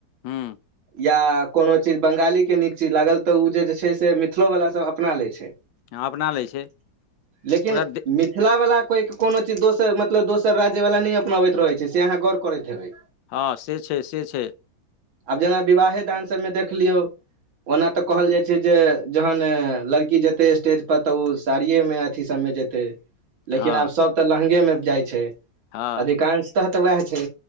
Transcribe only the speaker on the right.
या कोनो चीज बंगाली के नीक चीज लागल ते उ जे छै से मिथिलो वला सब अपना लै छै
लेकिन
मि थिला वला कोइ कोनो चीज दोसर मतलब दोसर राज्य वाला नहि अपनाबैत रहै छै से अहाँ गौर करैत हेबै
आब जेना विवाहे दान सब मे देखलियो ओना ते कहल जाय छै जे जहन लड़की जेते स्टेज पर तऽ ओ साड़ियए मे अथी सबमे जेते लेकिन
आब सब तऽ लहंगे मे जाइ छै
अधिकांशतः तऽ उएह छै